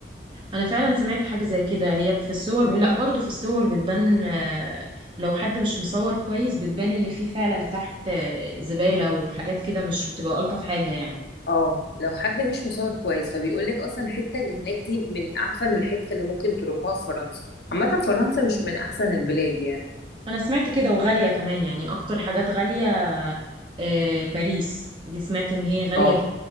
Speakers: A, on the right; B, on the left.
A: أنا فعلا سمعت حاجة زي كده هي في الصور
B: مم.
A: لا برضو في الصور بتبان آه لو حد مش مصور كويس بتبان إن في فعلا تحت آه زبالة وحاجات كده مش بتبقى ألطف حاجة يعني
B: اه لو حد مش مصور كويس فبيقول لك اصلا الحتة اللي هناك دي من اعفن الحتت اللي ممكن تروحوها في فرنسا عامة فرنسا مش من احسن البلاد يعني
A: انا سمعت كده وغالية كمان يعني اكتر حاجات غالية آه، باريس دي سمعت ان هي غالية
B: اه
A: جدا